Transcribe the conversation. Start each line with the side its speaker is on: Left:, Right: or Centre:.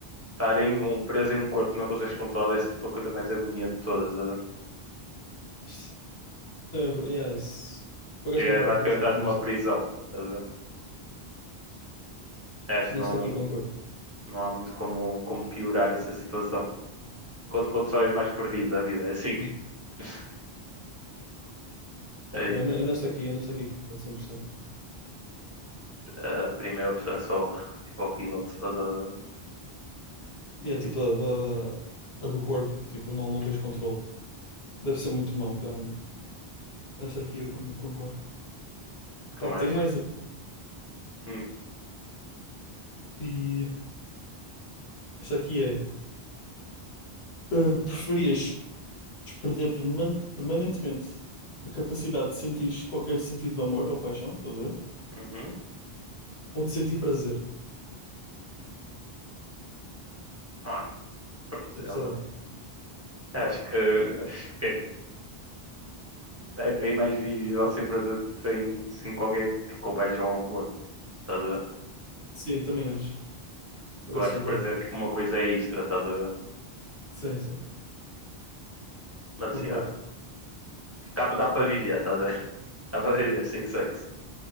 Right: estar em um, preso em um corpo que não consegues controlar deve ser tipo a coisa mais agoniante de todas, tá a ver?
Left: Isto é ver- yeah, isso- Por acaso
Right: Tipo,
Left: concordo
Right: é praticamente
Left: contigo,
Right: estás
Left: neste,
Right: numa prisão, tá a ver? Eu Acho
Left: nesta
Right: que não,
Left: aqui concordo.
Right: não há muito como, como piorar essa situação. Quanto, quanto só és mais perdido da vida, é assim.
Left: Sim.
Right: <laughs> Aí,
Left: Não, eu ne- eu nesta aqui, eu nesta aqui concordo cem por cento
Right: a primeira opção é só hor- tipo, horrível de se passar. tá a
Left: E é tipo a, da- a do corpo, tipo, não, não
Right: ver?
Left: tens
Right: Uhum.
Left: controle. Deve ser muito mau, realmente. Esta aqui eu con- concordo. Pá,
Right: que mais?
Left: tenho mais uma.
Right: Hum,
Left: E esta aqui é: eh, preferias perder perman- permanentemente a capacidade de sentir qualquer sentido de amor ou paixão, estás a ver?
Right: uhum.
Left: Ou de sentir prazer?
Right: Mano, prazer,
Left: Isto é pesado.
Right: mano. Acho que, acho que é é bem mais vivível sem prazer do que sem, sem qualquer compaixão ou amor. Estás a ver?
Left: Sim, também acho.
Right: Tipo,
Left: Por acaso
Right: eu acho
Left: concordo.
Right: que prazer é tipo uma coisa extra, estás a ver?
Left: Sim, sim,
Right: Mas
Left: concordo.
Right: yeah. Tipo, dá, dá para viver, estás a ver? <laughs> Dá para viver sem sexo.